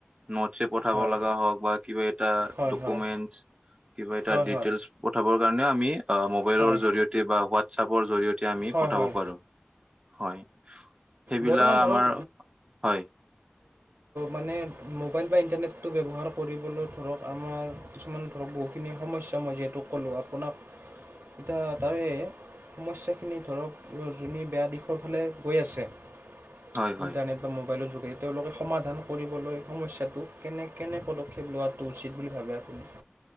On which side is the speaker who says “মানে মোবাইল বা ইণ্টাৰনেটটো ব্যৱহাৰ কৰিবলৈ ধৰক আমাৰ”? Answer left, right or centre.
Right